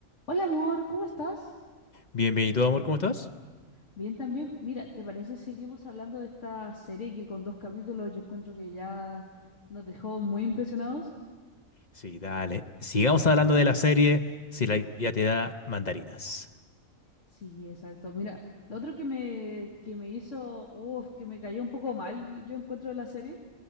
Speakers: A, on the left (about 65°); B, on the left (about 35°).
A: Hola amor, ¿cómo estás?
B: Bienvenido, amor, ¿cómo estás?
A: Bien también. Mira, ¿te parece si seguimos hablando de esta serie que con dos capítulos yo encuentro que ya nos dejó muy impresionados?
B: Sí, dale. Sigamos hablando de la serie Si la vida te da mandarinas.
A: Sí, exacto. Mira, lo otro que me, que me hizo, uf, que me cayó un poco mal, yo yo encuentro de la serie,